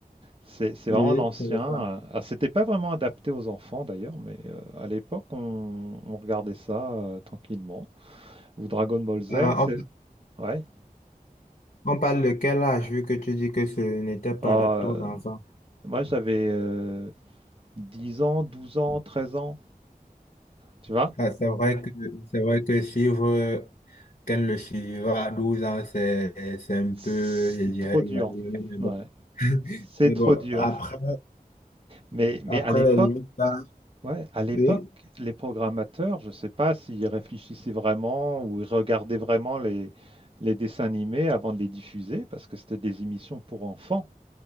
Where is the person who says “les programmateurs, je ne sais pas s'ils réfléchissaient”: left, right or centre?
Right